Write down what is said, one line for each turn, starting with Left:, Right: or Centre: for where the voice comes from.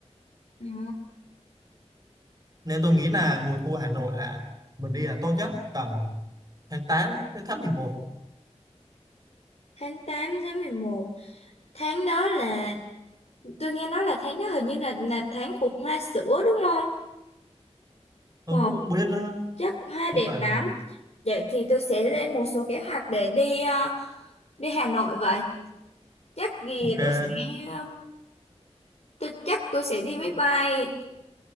Left: Ừ.
Right: nên tôi nghĩ là mùa thu Hà Nội là mình đi là tốt nhất tầm tháng 8 đến tháng mười một.
Left: Tháng 8, tháng 11, Tháng đó là tôi nghe nói là tháng đó hình như là là tháng của hoa sữa đúng không?
Right: tôi
Left: Màu
Right: cũng không biết nữa
Left: chắc hoa
Right: nhưng
Left: đẹp
Right: mà
Left: lắm. Vậy thì tôi sẽ lên một số kế hoạch để đi ờ, đi Hà Nội vậy. Chắc thì
Right: ok
Left: tôi sẽ ờ, tôi chắc tôi sẽ đi máy bay.